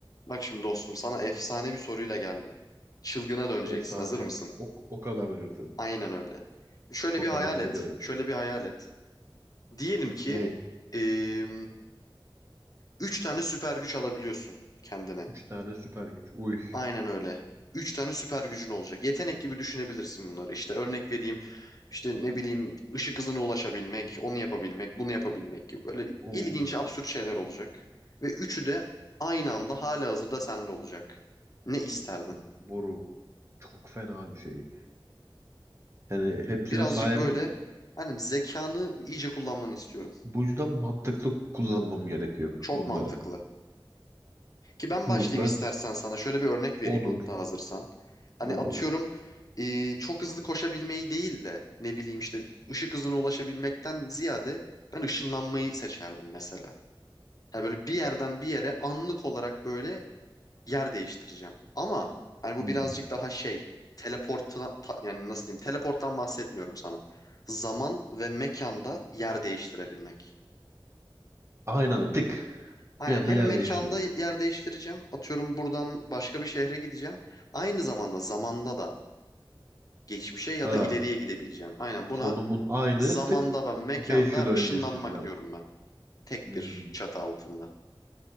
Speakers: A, on the left; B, on the right.
A: Bak şimdi dostum sana efsane bir soruyla geldim. Çılgına döneceksin.
B: Efsane.
A: Hazır mısın?
B: O, o kadar diyorsun.
A: Aynen öyle. Şöyle
B: Çok
A: bir hayal
B: merak
A: et.
B: ediyorum.
A: Şöyle bir hayal et. Diyelim ki
B: Ne?
A: eee, üç tane süper güç alabiliyorsun kendine.
B: Üç tane süper güç. Uy.
A: Aynen öyle. Üç tane süper gücün olacak. Yetenek gibi düşünebilirsin bunları. İşte örnek vereyim. İşte ne bileyim ışık hızına ulaşabilmek, onu yapabilmek, bunu yapabilmek gibi. Böyle
B: Oo.
A: ilginç, absürt şeyler olacak. Ve üçü de aynı anda halihazırda sende olacak. Ne isterdin?
B: Bu boru çok fena bir şey. Yani hepsine
A: birazcık
B: sahibim.
A: böyle hani zekanı iyice kullanmanı istiyorum.
B: Bu yüzden mantıklı kullanmam gerekiyor
A: Çok
B: bunları.
A: mantıklı. Ki ben
B: Moruk
A: başlayayım
B: ben
A: istersen sana. Şöyle bir örnek vereyim
B: olur.
A: hatta hazırsan. Hani
B: Olur.
A: atıyorum e, çok hızlı koşabilmeyi değil de ne bileyim işte ışık hızına ulaşabilmekten ziyade ben ışınlanmayı seçerdim mesela. Hani böyle bir yerden bir yere anlık olarak böyle yer değiştireceğim. Ama hani bu
B: Hmm.
A: birazcık daha şey teleporttan ta- yani nasıl diyeyim teleporttan bahsetmiyorum sana. Zaman ve mekanda yer değiştirebilmek.
B: Aynı anda tık.
A: Aynen
B: Bir anda
A: hem
B: yer
A: mekanda
B: değişti.
A: yer değiştireceğim. Atıyorum buradan başka bir şehre gideceğim. Aynı zamanda zamanda da geçmişe ya
B: Ha,
A: da ileriye gidebileceğim. Aynen buna
B: konumun aynı
A: zamanda
B: tık.
A: ve mekanda
B: Beş yıl öncesi
A: ışınlanmak
B: falan.
A: diyorum ben. Tek
B: Hmm.
A: bir çatı altında.